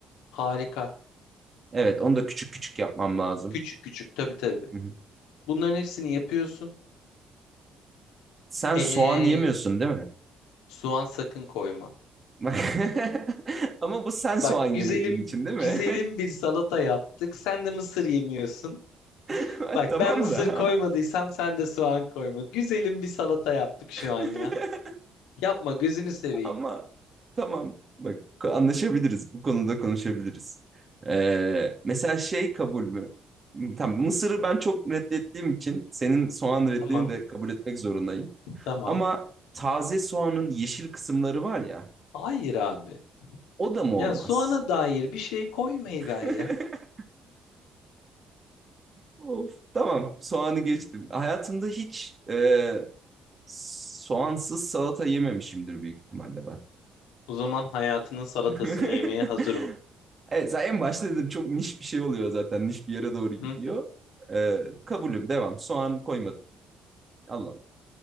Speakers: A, on the left; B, on the right.
A: Harika.
B: Evet, onu da küçük küçük yapmam lazım.
A: Küçük küçük tabii tabii.
B: Hı hı.
A: Bunların hepsini yapıyorsun.
B: Sen
A: Ee,
B: soğan yemiyorsun değil mi?
A: soğan sakın koyma.
B: Bak. <laughs> Ama bu sen soğan
A: Bak
B: yemediğin
A: güzelim
B: için değil mi?
A: güzelim bir salata yaptık. Sen de mısır yemiyorsun.
B: <laughs>
A: Bak
B: Tamam
A: ben mısır
B: da.
A: koymadıysam sen de soğan koyma. Güzelim bir salata yaptık şu an
B: <laughs>
A: ya. Yapma gözünü seveyim.
B: Ama tamam. Bak anlaşabiliriz. Bu konuda konuşabiliriz. Ee, mesela şey kabul mü? Tamam Mısır'ı ben çok reddettiğim için senin soğan reddini
A: Tamam,
B: de kabul etmek zorundayım.
A: tamam.
B: Ama taze soğanın yeşil kısımları var ya
A: Hayır abi.
B: o da mı
A: Ya
B: olmaz?
A: soğana dair bir şey koymayı ver
B: <laughs>
A: ya.
B: Of, tamam soğanı geçtim. Hayatımda hiç e, soğansız salata yememişimdir büyük ihtimalle ben.
A: O zaman hayatının salatasını
B: <laughs>
A: yemeye hazır ol.
B: Evet zaten en başta dedim çok niş bir şey oluyor zaten. Niş bir yere doğru gidiyor.
A: Hı?
B: E, kabulüm devam. Soğan koymadım. Allah Allah.